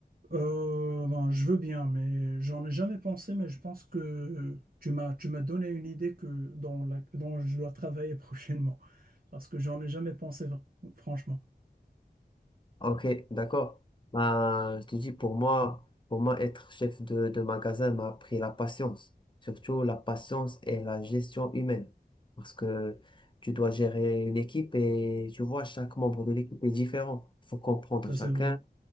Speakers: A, on the right; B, on the left.
A: Euh, ben, je veux bien, mais j'en ai jamais pensé, mais je pense que euh, tu m'as tu m'as donné une idée que dont, la- dont je dois travailler <laughs> prochainement. Parce que j'en ai jamais pensé, vra- franchement.
B: Ok, d'accord. Ben, je te dis, pour moi, pour moi, être chef de, de magasin m'a appris la patience. Surtout la patience et la gestion humaine. Parce que tu dois gérer une équipe et tu vois, chaque membre de l'équipe est différent. Il faut comprendre
A: Ça,
B: chacun.
A: c'est vrai.